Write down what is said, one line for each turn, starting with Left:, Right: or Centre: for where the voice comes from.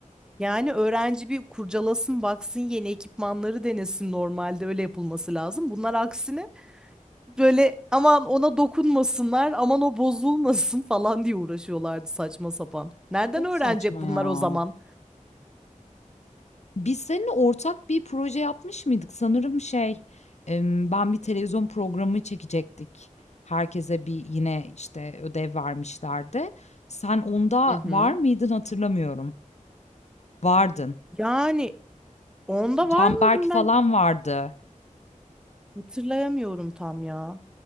Centre: Yani öğrenci bir kurcalasın baksın yeni ekipmanları denesin normalde öyle yapılması lazım. Bunlar aksine böyle aman ona dokunmasınlar aman o bozulmasın <laughs> falan diye uğraşıyorlardı saçma sapan. Nereden
Left: Çok
Centre: öğrenecek
Left: saçma
Centre: bunlar
Left: ya.
Centre: o zaman?
Left: Biz seninle ortak bir proje yapmış mıydık? Sanırım şey, emm, ben bir televizyon programı çekecektik. Herkese bir yine, işte, ödev vermişlerdi. Sen onda
Centre: Hı hı.
Left: var mıydın hatırlamıyorum. Vardın.
Centre: Yani onda var
Left: Canberk
Centre: mıydım
Left: falan
Centre: ben?
Left: vardı.
Centre: Hatırlayamıyorum tam ya.